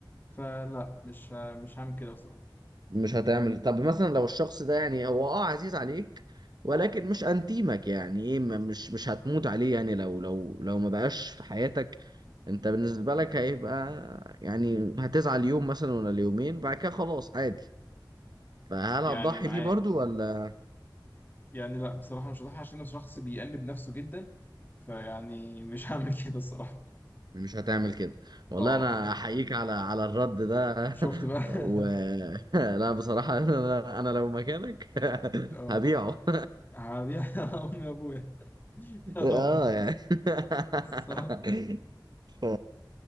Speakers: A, on the left; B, on the right.
A: فلا مش ه- مش هعمل كده بصراحة
B: مش هتعمل طب مثلا لو الشخص ده يعني هو اه عزيز عليك ولكن مش انتيمك يعني ايه ما- مش مش هتموت عليه يعني لو لو لو ما بقاش في حياتك انت بالنسبة لك هيبقى يعني هتزعل يوم مثلا ولا اليومين بعد كده خلاص عادي فهل
A: يعني
B: هتضحي
A: معاك
B: بيه برضو ولا
A: يعني لا بصراحة مش هضحي عشان انا شخص بيأنب نفسه جدا فيعني مش <laughs> هعمل كده الصراحة
B: مش هتعمل كده والله
A: اه
B: انا
A: اه
B: احييك على على الرد ده
A: شفت بقى <laughs>
B: <laughs> و <laughs> لا بصراحة انا أنا لو مكانك <laughs>
A: اه
B: هبيعه
A: هبيع امي وابويا <laughs> اه
B: <laughs> اه يعني <laughs>
A: صح
B: ف...